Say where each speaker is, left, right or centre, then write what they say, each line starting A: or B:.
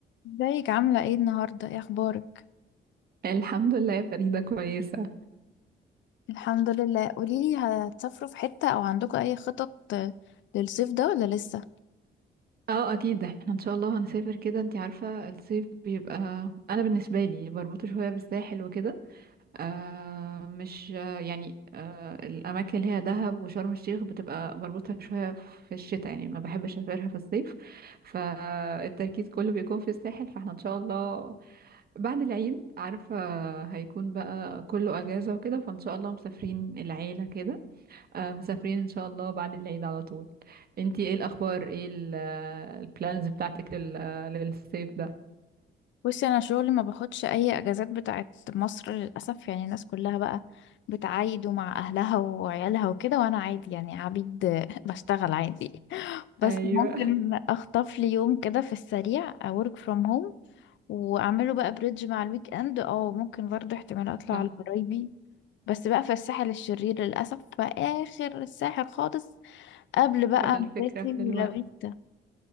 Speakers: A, on the left; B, on the right.
A: ازيك عاملة ايه النهاردة ايه اخبارك
B: الحمد لله يا فريدة كويسة
A: الحمد لله قوليلي هتسافروا في حتة او عندكم اي خطط آه، للصيف ده ولا لسه
B: اه اكيد احنا ان شاء الله هنسافر كده انتي عارفة الصيف بيبقى انا بالنسبة لي بربطه شوية بالساحل وكده آه مش آه يعني آه الاماكن اللي هي دهب وشرم الشيخ بتبقى بربطها شوية في الشتاء يعني ما بحبش اسافرها في الصيف فالتركيز كله بيكون في الساحل فاحنا ان شاء الله بعد العيد عارفة هيكون بقى كله اجازة وكده فان شاء الله مسافرين العيلة كده آه، مسافرين ان شاء الله بعد العيد على طول انتي ايه الاخبار ايه البلانز بتاعتك لل... آه، للصيف ده
A: بصي انا شغلي ما باخدش اي اجازات بتاعت مصر للاسف يعني الناس كلها بقى بتعايد مع اهلها وعيالها وكده وانا عادي يعني عبيد آه، <laughs> بشتغل عادي بس
B: ايوه
A: ممكن اخطف لي يوم كده في السريع work from home واعمله بقى بريدج مع الويك اند او ممكن برضه احتمال اطلع
B: صح
A: على قرايبي بس بقى في الساحل الشرير للأسف في آخر الساحل خالص قبل بقى
B: بقى الفكرة
A: مراسي
B: في
A: ولافيتا
B: الوقت